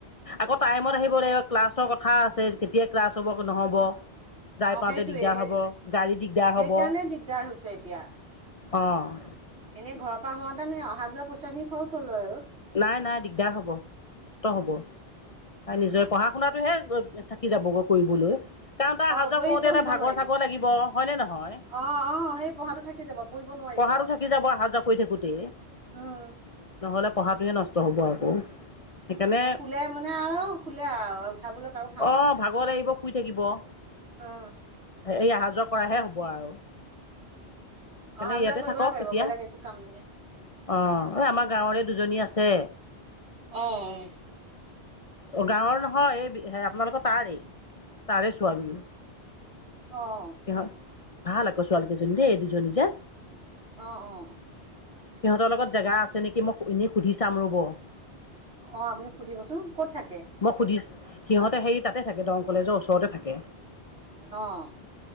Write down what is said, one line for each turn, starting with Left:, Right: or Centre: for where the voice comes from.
Left: আকৌ টাইমত আহিব লাগিব, ক্লাছৰ ক কথা আছে কেতিয়া ক্লাছ হ'ব নহ'ব। যাই
Right: অ
Left: পাওঁতে
Right: সেইটোয়ে
Left: দিগদাৰ
Right: সেই
Left: হ'ব, গাড়ী দিগদাৰ
Right: সেইকাৰণে
Left: হব।
Right: দিগদাৰ হৈছে এতিয়া।
Left: অ'।
Right: এনে ঘৰৰ পৰা হোৱাতেনে অহা-যোৱা পইচাখিনি খৰচ হ'ল হয় বাৰু।
Left: নাই - নাই, দিগদাৰ হ'ব। কষ্ট হ'ব। তাই নিজৰে পঢ়া শুনাতটোহে থাকি যাবগৈ কৰিবলৈ। তাৰ অহা
Right: অ
Left: যোৱা কৰোঁতে
Right: এই পঢ়িব
Left: এটা ভাগৰ
Right: নোৱাৰিব
Left: চাগৰ লাগিব হয়নে নহয়।
Right: অ অ সেই পঢ়াটো থাকি যাব পঢ়িব নোৱাৰিব
Left: পঢ়াটো
Right: আৰু
Left: থাকি যাব আহা-যোৱা কৰি থাকোঁতে।
Right: উম
Left: নহ'লে পঢ়াটোয়ে নষ্ট হ'ব আকৌ। সেইকাৰণে-
Right: আকৌ শুলে মানে আৰু শুলে আৰু উঠাবলৈ কাৰো সাহস
Left: অ'
Right: নাই
Left: ভাগৰ
Right: আৰু
Left: লাগিব, শুই থাকিব।
Right: অ
Left: এই অহা যোৱা কৰাহে হ'ব আৰু। সেইকাৰণে
Right: অহা যোৱা
Left: ইয়াতে
Right: কৰিবহে
Left: থাকক
Right: পাৰিব
Left: এতিয়া
Right: বেলেগ একো কাম নাই
Left: অহ আমাৰ গাঁৱৰে। আজি আছে।
Right: অ'।
Left: অ' গাঁৱৰ নহয়, এই হে- আপোনালোকৰ তাৰেই। তাৰে ছোৱালী।
Right: অহ।
Left: সিহঁত ভাল আকৌ ছোৱালী কেইজনী দেই, এই দুজনী যে।
Right: অ' - অ'।
Left: সিহঁতৰ লগত জেগা আছে নেকি মই এনেই সুধি চাম ৰব
Right: অ' আপুনি সুধিবচোন। ক'ত থাকে?
Left: মই সুধি সিহঁতে হেৰি তাতে থাকে দং কলেজৰ ওচৰতে থাকে।
Right: অহ